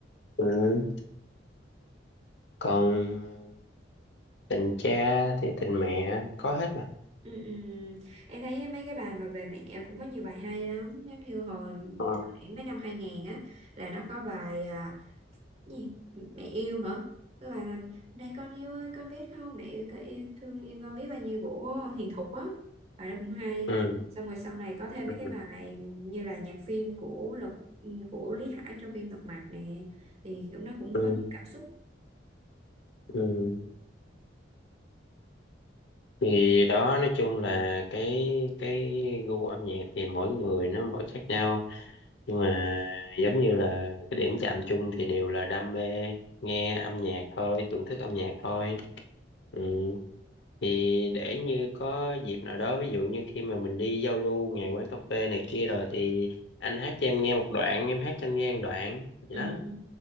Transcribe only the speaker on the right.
Ừ, ừ. Em thấy mấy cái bài mà về mẹ cũng có nhiều bài hay lắm giống như hồi
thời điểm mấy năm 2000 á là nó có bài à, gì mẹ yêu hả cái bài mà này con yêu ơi con biết không mẹ yêu con yêu thương yêu con biết bao nhiêu của Hiền Thục á bài đó cũng hay
xong rồi sau này có thêm
mấy cái bài như là nhạc phim của Lục ừ, của Lý Hải trong phim Lật Mặt nè thì nó cũng
có những cảm xúc
Ừ.